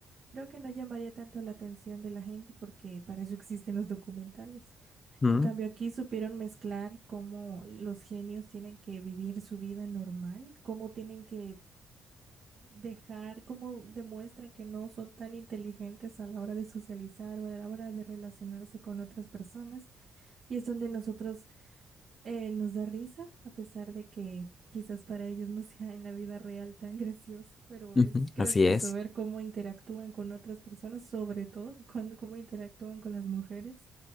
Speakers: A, on the right (about 50°); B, on the left (about 35°).
A: creo que no llamaría tanto la atención de la gente porque para eso existen los documentales.
B: Mm,
A: En cambio, aquí supieron mezclar cómo los genios tienen que vivir su vida normal, cómo tienen que dejar, cómo demuestran que no son tan inteligentes a la hora de socializar o a la hora de relacionarse con otras personas y es donde nosotros eh, nos da risa, a pesar de que quizás para ellos no <laughs> sea en la vida real tan gracioso, pero
B: ujú,
A: es gracioso
B: Así es.
A: ver cómo interactúan con otras personas, sobre todo cuando, cómo interactúan con las mujeres